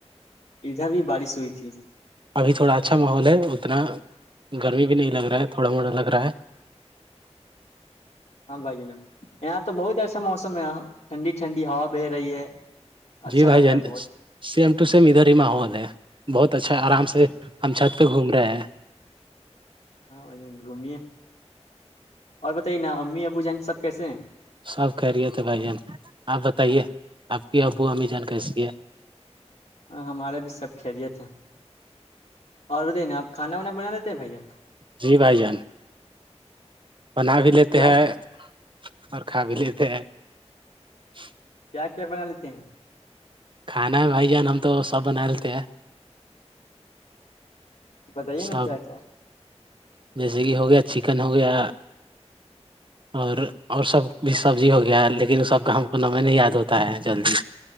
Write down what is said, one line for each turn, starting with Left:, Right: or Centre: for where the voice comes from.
Left: ادھر بھی بارش ہوئی تھی
Right: ابھی تھوڑا اچھا ماحول ہے اتنا گرمی بھی نہیں لگ رہا ہے تھوڑا موٹا لگ رہا ہے
Left: ہاں بھائی ج ن یہاں تو بہت ایسا موسم ہے ٹھنڈی ٹھنڈی ہا بہ رہی ہے اچھا
Right: جی
Left: لگ
Right: بھائی ج
Left: رہا ہے بہت
Right: سیم ٹو سیم ادھر ہی ماحول ہے بہت اچھا آرام سے ہم چھت پہ گھوم رہے ہیں
Left: ہاں گھمیے اور بتائیے نا امی ابو جان سب کیسے ہیں
Right: سب کہہ رہیے تھے بھائی جان آپ بتائیے آپ کی ابو امی جان کیسی ہے
Left: ہاں ہمارا بھی سب خیریت ہے اور بتائی نا آپ کانا وانا بنا دیتے ہیں بائی جان
Right: جی بھائی جان بنا بھی لیتے
Left: کیا
Right: ہیں اور کھا بھی لیتے ہیں <unintelligible>
Left: کیا کیا بنا لیتے ہیں
Right: کھانا ہے بھائی جان ہم تو سب بنا لیتے ہیں
Left: بتائیے نا
Right: سب
Left: کیا کیا
Right: جیسے کہ ہو گیا چکن ہو گیا اور اور سب بھی سبزی ہو گیا لیکن سب کا ہم کو نمیں نہیں یاد ہوتی ہے جلدی